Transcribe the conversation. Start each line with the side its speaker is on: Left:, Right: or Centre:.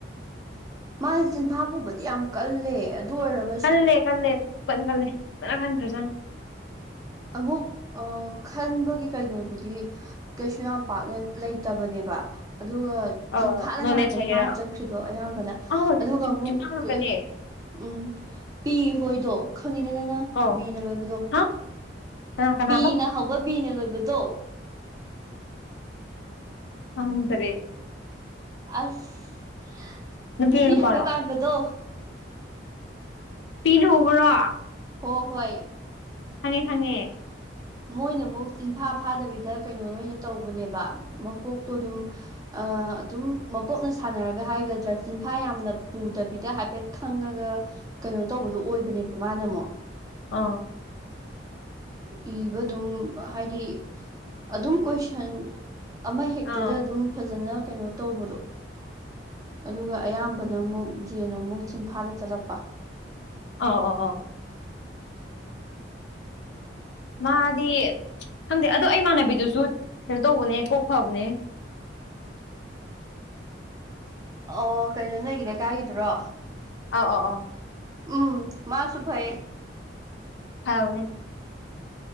Right: ꯃꯥꯁꯦ ꯆꯤꯟꯐꯥ ꯄꯨꯕꯗꯤ ꯌꯥꯝ ꯀꯜꯂꯦ ꯑꯗꯨ ꯑꯣꯏꯔꯒ
Left: ꯀꯜꯂꯦ ꯀꯜꯂꯦ ꯈꯨꯀꯟ ꯀꯜꯂꯦ ꯐꯖꯅ ꯀꯟꯈꯔ꯭ꯖꯥꯠꯅꯤ
Right: ꯑꯃꯨꯛ ꯑ ꯈꯟꯕꯒꯤ ꯀꯩꯅꯣꯗꯨꯗꯤ ꯀꯩꯁꯨ ꯌꯥꯝ ꯄꯥꯛꯅ ꯂꯩꯇꯕꯅꯦꯕ ꯑꯗꯨꯒ
Left: ꯑꯧ
Right: ꯆꯤꯟꯐꯥꯗ
Left: ꯅꯣꯂꯦꯖ
Right: ꯉꯥꯛꯇꯅꯦ
Left: ꯍꯥꯏꯒꯦꯔꯥ
Right: ꯃꯥꯅ ꯆꯠꯈ꯭ꯔꯤꯗꯣ ꯑꯌꯥꯝꯕꯅ
Left: ꯑꯧ
Right: ꯑꯗꯨꯒ ꯑꯃꯨꯛ
Left: ꯖꯤꯝꯐꯥ ꯉꯥꯛꯇꯅꯦ
Right: ꯀꯩ ꯎꯝ ꯄꯤ ꯍꯣꯏꯗꯣ ꯈꯪꯉꯤꯗꯅ ꯅꯪ
Left: ꯑꯧ
Right: ꯕꯤꯅ ꯂꯣꯏꯕꯗꯣ
Left: ꯍꯥ ꯀꯅꯥ ꯀꯅꯥꯕ
Right: ꯄꯤꯅ ꯍꯧꯕ ꯕꯤꯅ ꯂꯣꯏꯕꯗꯣ
Left: ꯈꯪꯗ꯭ꯔꯦ
Right: ꯑꯁ
Left: ꯅꯨꯄꯤꯔ
Right: ꯅꯨꯄꯤ
Left: ꯅꯨꯄꯥꯔꯣ
Right: ꯍꯥꯏꯐꯦꯠ ꯄꯥꯟꯕꯗꯣ
Left: ꯄꯤꯅ ꯍꯧꯕꯔꯣ
Right: ꯍꯣ ꯍꯣꯏ
Left: ꯈꯪꯉꯦ ꯈꯪꯉꯦ
Right: ꯃꯣꯏꯅ ꯑꯃꯨꯛ ꯆꯤꯟꯐꯥ ꯐꯥꯗꯕꯤꯗ ꯀꯩꯅꯣꯅ ꯑꯣꯏꯅ ꯇꯧꯕꯅꯦꯕ ꯃꯀꯣꯛꯇꯣ ꯑꯗꯨꯝ ꯑ ꯑꯗꯨꯝ ꯃꯀꯣꯛꯅ ꯁꯥꯟꯅꯔꯒ ꯍꯥꯏꯒꯗ꯭ꯔꯥ ꯆꯤꯟꯐꯥ ꯌꯥꯝꯅ ꯄꯨꯗꯕꯤꯗ ꯍꯥꯏꯐꯦꯠ ꯈꯪꯉꯒ ꯀꯩꯅꯣ ꯇꯧꯕꯗꯣ ꯑꯣꯏꯕꯅꯦꯕ ꯃꯥꯅ ꯑꯃꯨꯛ
Left: ꯑꯥꯎ
Right: ꯏꯕ ꯑꯗꯨꯝ ꯍꯥꯏꯗꯤ ꯑꯗꯨꯝ ꯀꯣꯏꯁꯟ ꯑꯃ ꯍꯦꯛꯇꯗ
Left: ꯑꯧ ꯑꯧ
Right: ꯑꯗꯨꯝ ꯐꯖꯅ ꯀꯩꯅꯣ ꯇꯧꯕꯗꯣ ꯑꯗꯨꯒ ꯑꯌꯥꯝꯕꯅ ꯑꯃꯨꯛ ꯖꯦꯅ ꯑꯃꯨꯛ ꯆꯤꯟꯐꯥꯗ ꯆꯠꯂꯛꯄ
Left: ꯑꯥ ꯑꯣ ꯑꯣ ꯃꯥꯗꯤ ꯈꯪꯗꯦ ꯑꯗꯣ ꯑꯩ ꯏꯃꯥꯟꯅꯕꯤꯗꯨꯁꯨ ꯀꯩꯅꯣ ꯇꯧꯕꯅꯦ ꯀꯣꯛ ꯐꯕꯅꯦ
Right: ꯑꯣ ꯀꯩꯅꯣ ꯅꯣꯏꯒꯤ ꯂꯩꯀꯥꯏꯒꯤꯗꯨꯔꯣ
Left: ꯑꯥꯎ ꯑꯥꯎ
Right: ꯎꯝ ꯃꯥꯁꯨ ꯐꯩ
Left: ꯐꯕꯅꯦ